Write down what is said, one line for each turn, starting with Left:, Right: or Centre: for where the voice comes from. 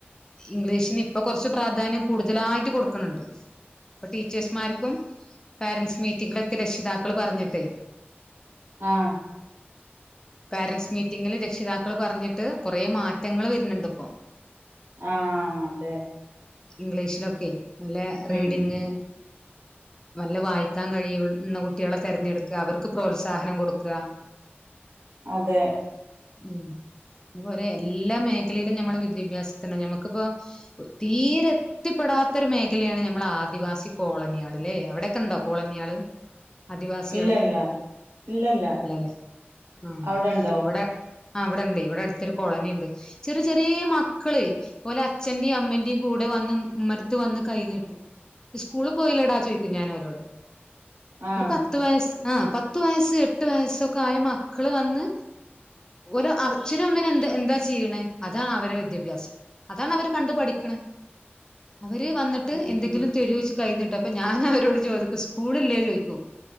Left: ഇംഗ്ലീഷിന് ഇ ഇപ്പ കൊറച്ച് പ്രാധാന്യം കൂട്തലായി ട്ട് കൊടുക്ക്ന്ന്ണ്ട് അപ്പൊ ടീച്ചേഴ്സ്മാർക്കും പാരെന്റ്സ് മീറ്റിംഗിലൊക്കെ രക്ഷിതാക്കൾ പറഞ്ഞിട്ടേ
Right: ആഹ്
Left: പാരെന്റ്സ് മീറ്റിങ്ങില് ര ക്ഷിതാക്കൾ പറഞ്ഞിട്ട് കൊറേ മാറ്റങ്ങൾ വര്ന്ണ്ട്പ്പോ
Right: ആഹ് അതെ
Left: ഇംഗ്ലീഷിലൊക്കെ നല്ല റീഡിങ്
Right: ഉം ഉം
Left: നല്ല വായിക്കാൻ കഴിയുന്ന കുട്ട്യാളെ തെരഞ്ഞെട്ക്ക അവർക്ക് പ്രോത്സാഹനം കൊട്ക്കാ
Right: അതെ
Left: ഉം അത്പോലെ എല്ലാ മേഖലയിലും ഞമ്മൾ വിദ്യാഭ്യാസത്തിന് ഞമ്മുക്കിപ്പോ തീരെ എത്തിപെടാ ത്തൊരു മേഖലയാണ് ഞമ്മള് ആദിവാസി കോളന്യാള്ല്ലേ അവിടൊക്കെണ്ടോ കോളന്യാള് ആദിവാസ്യാള്
Right: ഇല്ലല്ല ഇല്ലല്ല
Left: ഇല്ലല്ലേ ആ
Right: അവിടെ ഉണ്ടോ
Left: ഇവടെ ആ ഇവടെണ്ട് ഇവടെ അട്ത്തൊരു കോളനിണ്ട് ചെറ് ചെറീ മക്കളേ അച്ഛന്റിം അമ്മന്റിം കൂടെ വന്ന് ഉമ്മ റത്ത് വന്ന് കൈ നീട്ടും സ്കൂള് പോയില്ലടാ ചോയ്ക്കും ഞാന് ഓലോട്
Right: ആഹ്
Left: ഒരു പത്ത് വയസ്സ് ആഹ് പത്ത് വയസ്സ് എട്ട് വയസ്സൊക്കെ ആയ മക്കള് വന്ന് ഓരോ അച്ഛനും അമ്മേനെ എന്താ എന്താ ചെയ്യണ അതാ അവരെ വിദ്യാഭ്യാസം അതാണ് അവര് കണ്ട് പഠിക്ക്ണ അവര് വന്നിട്ട്
Right: ഉം
Left: എന്തെങ്കിലും തെരോ ച് കൈനി ട്ടാ അപ്പൊ ഞാന് അവരോട് ചോദിക്കും സ് കൂള്ല്ലേ ചോയ്ക്കും